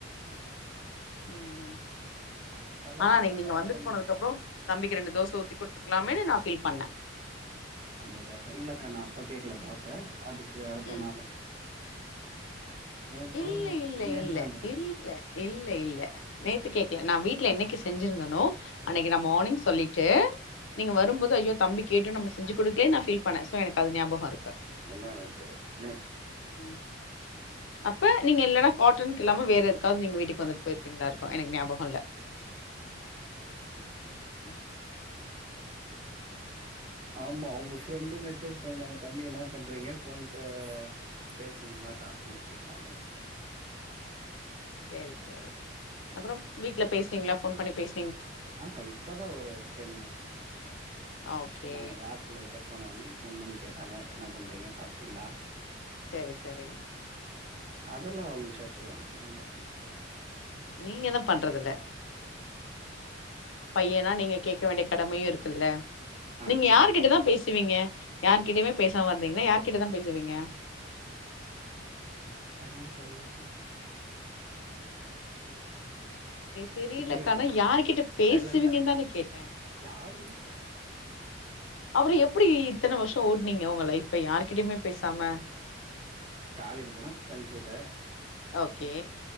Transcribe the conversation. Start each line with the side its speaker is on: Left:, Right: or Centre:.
Right: ம்
Left: ம்
Right: நானும் கல்லக்கோட்டையா
Left: ஆனா அன்னைக்கு நீங்க
Right: கல்லையான்னு
Left: வந்துட்டு போனதுக்கு
Right: யோசிச்சிருந்தேன்.
Left: அப்றே தம்பிக்கு ரெண்டு தோசை ஊத்தி கொத்துக்கலாமேனு நா பீல் பண்ணே
Right: அந்த தோசை இல்ல அக்கா நா அப்ப கேக்குல தோசை அதுக்கு அடுத்த
Left: ம்
Right: நாளு நேத்தே
Left: இல்ல இல்ல
Right: நேத்து
Left: இல்ல
Right: தா கேட்டே
Left: இல்ல இல்ல இல்ல நேத்து கேக்கல நா வீட்டுல என்னைக்கு செஞ்சிருந்தனே அன்னைக்கு நா மார்னிங் சொல்லிட்டு நீங்க வரும்போது ஐயோ தம்பி கேட்டு நம்ப செஞ்சு கொடுக்கலேயே நா ஃபில் பண்ணே சோ எனக் அது ஞாபக இருக்கு
Right: முந்தா நேத்து நேத்து.
Left: ம் அப்ப நீங்க இல்லன்னா காட்டனுக்கு இல்லாம வேற எதுக்காவது நீங்க வந்துட்டு போயிட்டு போயிங்க <unintelligible> இருக்கும் எனக்கு ஞாபக இல்ல <inaudible>
Right: ஆமா உங்க ஃப்ரெண்டு மெசேஜ் பண்ணிருந்தாங்க தம்பி என்ன பண்றீங்க போன் ப பேசுனீங்களா டாஸ்க் முடிச்சிங்களான்னு
Left: சேரி சேரி அப்றோ வீட்ல பேசிடிங்களா போன் பண்ணி பேச
Right: ஆ அக்கா இப்பதா ஒரு டென் மினிட்ஸ்
Left: ஓகே
Right: நம்ம ஆப் ப்ல கட் பண்ண உன்னைய ஃபோன் பண்ணி கேட்டாங்க என்ன பண்றீங்க சாப்ட்டிங்களா
Left: சேரி சேரி
Right: அது எல்லா அவங்க விசாரிச்சிருவாங்க நல்ல பொண்ணு
Left: நீங்க தா பண்றது இல்ல பையனா நீங்க கேக்க வேண்டிய கடமையு இருக்கு இல்ல
Right: ஆ
Left: நீங்க
Right: கேட்டே
Left: யார்கிட்டதா பேசுவீங்க யார்கிட்டயுமே பேசாம இருந்திங்கன்னா யார்கிட்டதா பேசுவீங்க
Right: அதா தெரிலக்கா
Left: தெரியலக்கானா
Right: இப்டியே இருந்தரு
Left: யார் கிட்ட பேசுவிங்கன்னு
Right: சைலண்டா
Left: தானே கேட்டே
Right: யாரு கூடயு பேசறதில்ல
Left: அப்றோ எப்டி இத்தன வருஷோ ஓட்டுனிங்க உங்க லைஃப் யாருகிட்டயுமே பேசாம
Right: காலேஜ் போனா ஃபிரண்ட்ஸ் கிட்ட
Left: ஓகே